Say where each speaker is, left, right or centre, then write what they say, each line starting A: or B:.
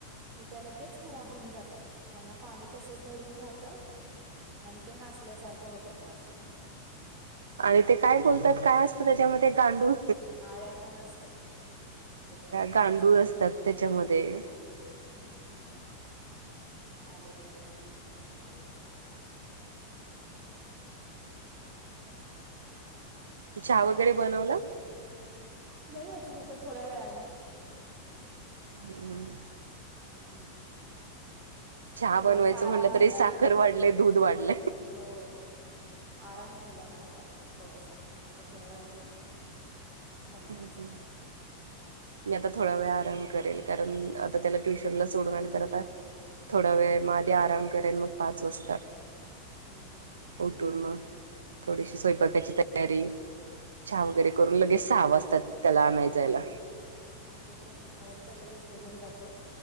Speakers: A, on the right; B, on the right.
A: की त्या लगेच खराब होऊन जातात त्यांना पाणी तसंच धरून राहतं आणि ते नासल्यासारख्या होतात अशा
B: आणि ते काय बोलतात काय असतं त्याच्यामध्ये गांडू
A: आळ्या पण असतात त्याच्यावरती
B: गांडूळ
A: जास्त हम्म
B: असतात त्याच्यामध्ये
A: हम्म पालेभाज्यांमध्ये काही सांगता येत नाही
B: चहा वगैरे बनवला
A: नाही अजून आता थोड्या वेळाने
B: हम्म
A: हम्म
B: चहा
A: आता थोडासा
B: बनवायचं
A: आराम
B: म्हटलं
A: झाला
B: तरी साखर
A: ना
B: वाढले दूध वाढले
A: हो आराम झाला ना आता थोडासा आता थोड्या वेळाने बनवायचा
B: हम् हम्
A: हम्म.
B: मी आता थोडा वेळ आराम करेल कारण आता त्याला ट्युशनला सोडून आली तर आता थोडा वेळ मग आधी आराम करेल मग पाच वाजता
A: हम्म, हम्म,
B: उठून मग थोडीशी स्वयंपाकाची तयारी चहा वगैरे
A: हम्म.
B: करून लगेच सहाव वाजतात त्याला आणायचायला
A: हो ते तर हे टाइम तर लगेच निघून जातो